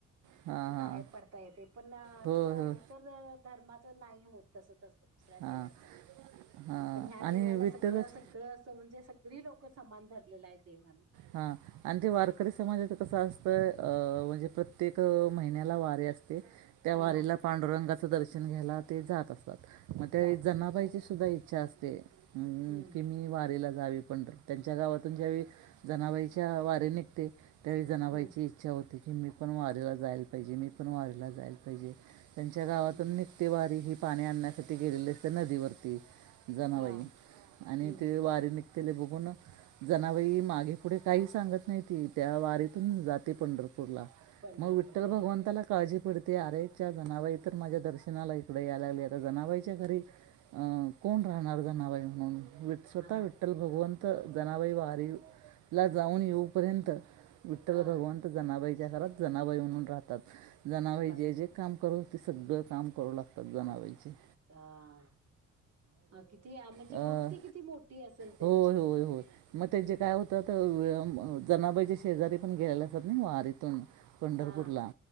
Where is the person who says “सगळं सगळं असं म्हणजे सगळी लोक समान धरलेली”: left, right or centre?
Right